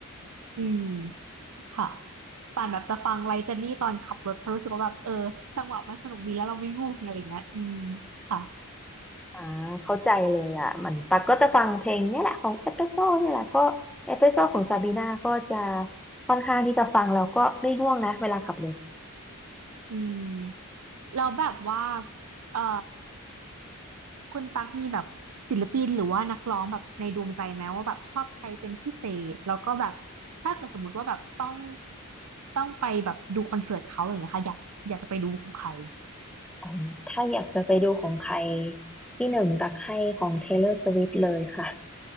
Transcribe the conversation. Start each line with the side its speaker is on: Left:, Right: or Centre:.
Right: อืมค่ะป่านแบบจะฟังไลเจนนี่ตอนขับรถเพราะรู้สึกว่าแบบเออจังหวะมันสนุกดีแล้วเราไม่ง่วงอะไรเงี้ยอืมค่ะ
Centre: อ่าเข้าใจเลยอ่ะมันปักก็จะฟังเพลงเนี่ยแหละของเอสเปรสโซ่เนี่ยแหละก็เอสเปรสโซ่ของซาบีนาก็จะค่อนข้างที่จะฟังแล้วก็ไม่ง่วงนะเวลาขับรถ
Right: อืมแล้วแบบว่าเอ่อคุณตั๊กมีแบบศิลปินหรือว่านักร้องแบบในดวงใจไหมว่าแบบชอบใครเป็นพิเศษแล้วก็แบบถ้าเกิดสมมติว่าแบบต้องต้องไปแบบดูคอนเสิร์ตเขาอะไรเงี้ยค่ะอยากอยากจะไปดูของใคร
Centre: อ๋อถ้าอยากจะไปดูของใครที่หนึ่งตักให้ของ Taylor Swift เลยค่ะ